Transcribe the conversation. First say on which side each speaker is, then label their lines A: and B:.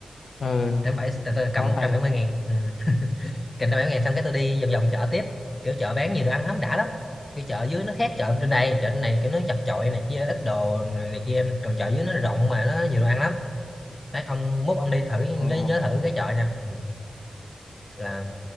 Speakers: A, on the left (about 75°); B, on the left (about 25°).
A: ờ
B: trăm bảy tôi, tôi cầm
A: bó
B: một
A: tay
B: trăm bảy mươi ngàn ừ. cầm trăm bảy mươi ngàn xong cái tôi đi vòng vòng chợ tiếp kiểu chợ bán nhiều đồ ăn lắm đã lắm cái chợ dưới nó khác chợ trên đây chợ trên này kiểu nó chật chội này kia ít đồ này, này kia còn chợ dưới nó rộng mà nó nhiều đồ ăn lắm đấy ông mốt ông đi thử nhớ
A: ồ
B: nhớ thử cái chợ nha Ừ. là